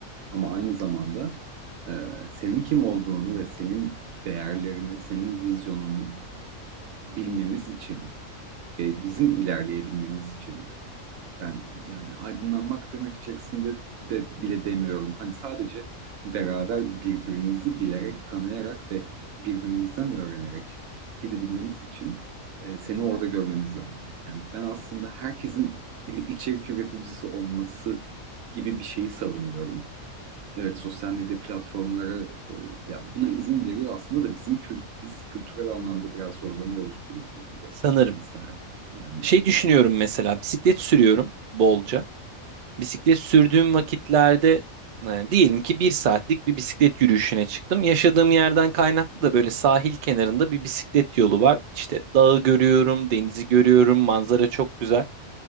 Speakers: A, on the right; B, on the right.
A: Ama aynı zamanda e, senin kim olduğunu ve senin değerlerini, senin vizyonunu bilmemiz için ve bizim ilerleyebilmemiz için ben yani aydınlanmak tırnak içerisinde de bile demiyorum. Hani sadece beraber birbirimizi bilerek, tanıyarak ve birbirimizden öğrenerek gidebilmemiz için e, seni orada görmemiz lazım. Yani ben aslında herkesin <laughs> içerik üreticisi olması gibi bir şeyi savunuyorum. Evet sosyal medya platformları e, ya buna izin veriyor aslında da bizim kül biz kültürel anlamda biraz zorlanıyoruz bununla ilgili
B: sanırım.
A: Instagram. Yani
B: Şey
A: e,
B: düşünüyorum mesela bisiklet sürüyorum bolca. Bisiklet sürdüğüm vakitlerde e, diyelim ki bir saatlik bir bisiklet yürüyüşüne çıktım. Yaşadığım yerden kaynaklı da böyle sahil kenarında bir bisiklet yolu var. İşte dağı görüyorum, denizi görüyorum, manzara çok güzel.